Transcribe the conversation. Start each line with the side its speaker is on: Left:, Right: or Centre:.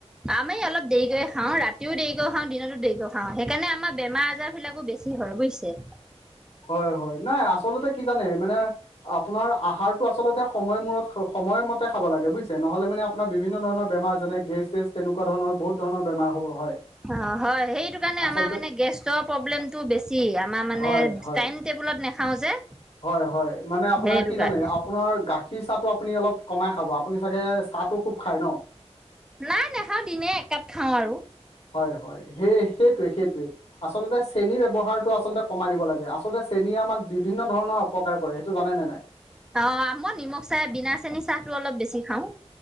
Centre: আমি অল দেৰিকে খাওঁ, ৰাতিও দেৰিকৈ খাওঁ দিনতো দেৰিকৈ খাওঁ। সেইকাৰণে আমাৰ বেমাৰ আজাৰ বিলাকো বেছি হয় বুজিছে।
Left: হয় হয় নাই আচলতে কি জানে মানে আপোনাৰ আহাৰতটো আচলতে সময় মূৰত সময়মতে খাব লাগে বুজিছে, নহ'লে মানে আপোনাৰ বিভিন্ন ধৰণ বেমাৰ যেনে গেছ- তেচ তেনেকুৱ ধণৰ বহুত ধৰণৰ বেমাৰ হ'ব হয়।
Centre: অ হয় সেইটো কাৰণে
Left: আচলতে
Centre: আমাৰ মানে গেৰ প্ৰব্লেমটো বেছি। আমাৰ মানে
Left: হয় হয়
Centre: টেবুলত নাখাও যে।
Left: হয় হয় মানে আপোনাৰ
Centre: সেইটো
Left: কি জানে,
Centre: কাৰণে
Left: আপোনাৰ গা সি চাহটো আপুনি অলপ কমাই খাব। আপুনি চাগে চাহটো খুব খায় ন?
Centre: নাই নাখাওঁ, দিনে একাপ খাওঁ আৰু।
Left: হয় হয়, সেই সেইটোৱে সেইটোৱে। আচলতে চেনী ব্যৱহাৰটো আচলতে কমাই দিব লাগে, আচলতে চেনীয়ে আমাক ডিডি বিভিন্ন ধৰণৰ অপকাৰ কৰে সেইটো জানে নে নাই?
Centre: অ' মই নিমখ চাহ, বিনা চেনী চাহটো অলপ বেছি খাওঁ।